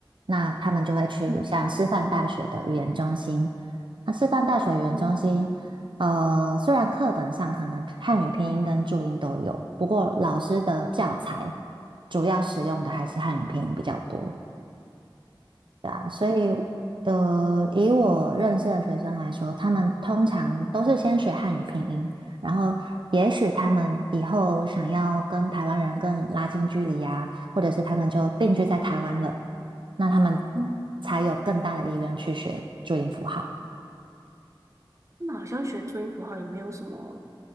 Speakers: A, on the right; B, on the right.
A: 那他们就会去像师范大学的语言中心。
B: 嗯
A: 那师范大学语言中心，
B: 嗯
A: 呃，虽然课本上可能汉语拼音跟注音都有，不过老师的教材主要使用的还是汉语拼音比较多。对啊，所以呃，以我认识的学生来说，他们通常都是先学汉语拼音，然后也许他们以后想要跟台湾人更拉近距离啊，或者是他们就定居在台湾了，那他们
B: 嗯。
A: 才有更大的意愿去学注音符号。
B: 那好像学注音符号也没有什么